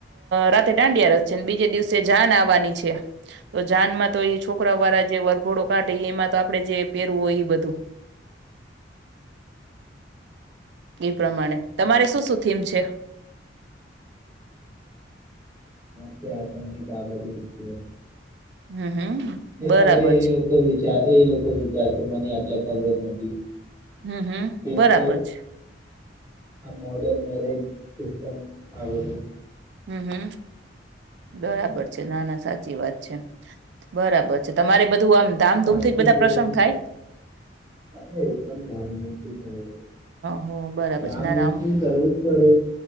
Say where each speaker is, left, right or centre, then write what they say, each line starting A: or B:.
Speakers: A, on the right; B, on the right.
A: રાતે દાંડિયા રસ છે બીજે દિવસે જાન આવવાની છે તો જાન માં તો એ છોકરા વાળા જે વરઘોડો કાઢે એમાં તો આપડે જે પહેરવું હોય બધું એ પ્રમાણે તમારે શું શું થીમ છે
B: છે આ સંગીત આ બધું જ છે
A: હમ હમ બરાબર
B: એ હવે એ
A: છે
B: લોકો એ લોકો વિચારશે મને આટલે ખબર નથી
A: હમ હમ
B: કેમ
A: બરાબર
B: કે
A: છે
B: આ મોડન મેરેજ સિસ્ટમ આ બધું
A: હમ હમ બરાબર છે નાના સા સાચી વાત છે બરાબર છે તમારે
B: એ
A: બધું આમ ધામધૂમ
B: પાંચ
A: થી
B: છ
A: બધા
B: દિવસનું
A: પ્રસંગ થાય
B: છે હવે એકદમ ધામધૂમથી કરવું
A: હહ બરાબર
B: ધામધૂમથી
A: છે નાનામ
B: કરવું જ પડે